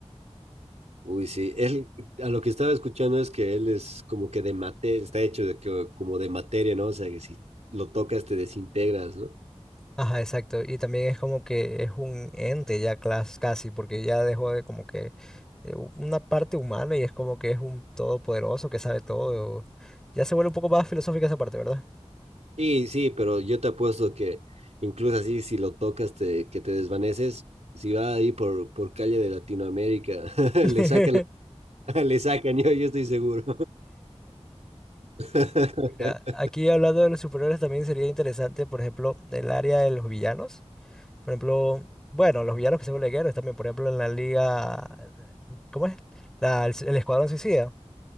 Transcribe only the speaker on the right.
Uy, sí, él, a lo que estaba escuchando es que él es como que de mate, está hecho de que, como de materia, ¿no? O sea, que si lo tocas te desintegras, ¿no?
Sí, sí, pero yo te apuesto que incluso así, si lo tocas, te, que te desvaneces, si va ahí por, por calle de Latinoamérica, <laughs>
le sacan, la- <laughs> le sacan, yo, yo estoy seguro. <laughs>